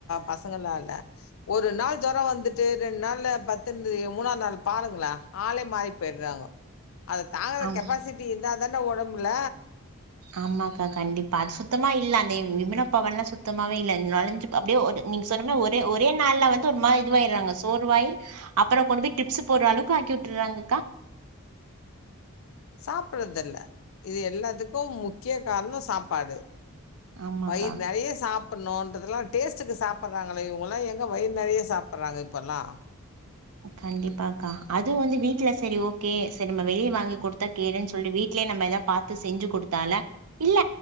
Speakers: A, on the left; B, on the right.
A: பசங்களால ஒரு நாள் ஜொரம் வந்துட்டு ரெண்டு நாள்ள பத்துன் மூணாவது நாள் பாருங்களே ஆளே மாறி போய்டுறாங்க அதை தாங்குற
B: ஆமா
A: கெப்பாசிட்டி இருந்தா தான உடம் ல
B: ஆமாக்கா கண்டிப்பா சுத் சுத்தமா இல்ல அந்த விமன பவன்லாம் சுத்தமாவே இல்ல நொலஞ்சு அப்படியே ஒரு நீங்க சொன்ன ஒரே ஒரே நாள்ல வந்து ஒரு மாதி இதுவாயிடுறாங்க சோர்வாயி அப்புறம் கொண்டு போய் ட்ரிப்ஸ் போட்ற அளவுக்கு ஆக்கி வுட்டுறாங்கக்கா
A: சாப்படுறது இல்ல இது எல்லாத்துக்கும் முக்கிய காரணம் சாப்பாடு
B: ஆமாக்கா
A: வயிறு நிறைய சாப் பண்ணோன்றதுலா டேஸ்ட்டுக்கு சாப்பற்றாங்களே இவுங்களா எங்க வயிறு நெறைய சாப்புர்றாங்க இப்பல்லா
B: கண்டிப்பாக்கா அது வந்து வீட்டுல செரி ஓகே சரி நம்ம வெளிய வாங்கி கொடுத்தா கேடுன் சொல்லி வீட்லே நம்ம எதா பாத்து செஞ்சு குடுத்தால இல்ல